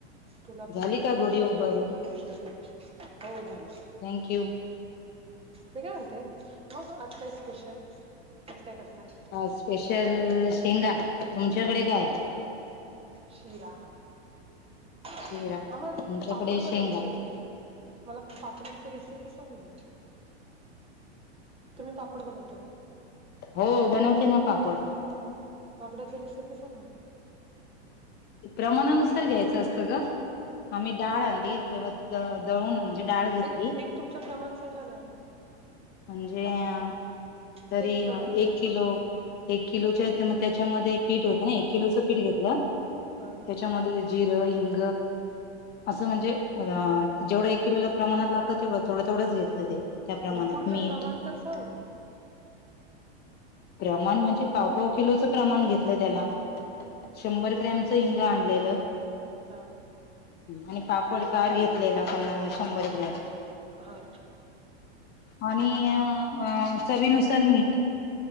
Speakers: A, on the right; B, on the left.
A: तुला पण
B: झाली
A: नवीन
B: का
A: वर्षाच्या
B: गोडी उभारून
A: खूप शुभेच्छा. हो झाली.
B: थँक यू
A: मी काय म्हणते? मग आज काय स्पेशल? आज काय करताय?
B: आज स्पेशल शेंगा. तुमच्याकडे काय ए?
A: शिरा, आम्हाला
B: शिरा
A: ते
B: आमच्याकडे
A: पापड बनवायचे
B: शेंगा
A: होते. मला पापडांची रेसिपी सांग ना. तुम्ही पापड बनवता ना
B: हो बनवते ना पापड.
A: पापडाची रेसिपी सांग ना.
B: ते प्रमाणानुसार घ्यायचं असतं ग. आम्ही डाळ आणली तेव्हा दळून म्हणजे डाळ घेतली.
A: एक एक तुमचं प्रमाण सांगा ना.
B: म्हणजे
A: पापडाचं
B: अं तरी
A: एक किलो ढाईचं
B: एक किलो एक किलोच्या आहे तर त्याच्यामध्ये पीठ होतं ना एक किलोचं पीठ घेतलं
A: हा
B: त्या च्यामध्ये जिरं, हिंग, असं म्हणजे अं जेवढं एक किलोला प्रमाणात लागतं तेवढं थोड थोडं घेतलं ते. त्या प्रमाणात
A: म्हणजे पूर्ण
B: मीठ
A: प्रमाण तर सांग.
B: प्रमाण म्हणजे पावपाव किलोचं प्रमाण घेतलं त्याला,
A: म्हणजे
B: शंभर ग्रॅमचं
A: एक
B: हिंग आणलेलं.
A: हा
B: आणि पापड खार घेतलेला पन्नास, शंभर ग्रॅम.
A: हा
B: आणि काय चवीनुसार मीठ.